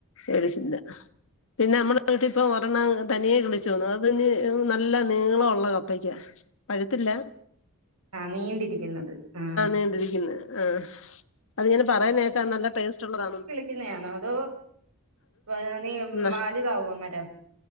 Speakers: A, on the left; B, on the right.
A: ഏരിച്ചില്ല പിന്നെ അമ്മള് വീട്ടി ഇപ്പൊ ഒരെണ്ണം തനിയെ കിളിച്ചോന്ന് അയിന് നല്ല നീള ഒള്ള കപ്പയ്ക്കാ പഴുത്തില്ല
B: ആഹ് നീണ്ടിരിക്കുന്നത് ആഹ്
A: നീണ്ടിരിക്കുന്നേ ആഹ് അത് ഇങ്ങനെ പറയിന്നേക്കാ നല്ല ടേസ്റ്റ് ഒള്ളതാണെന്ന്
B: കിന്നേ ആന്നോ അതോ വാ നീ
A: ന
B: വാലിതാവോ മരം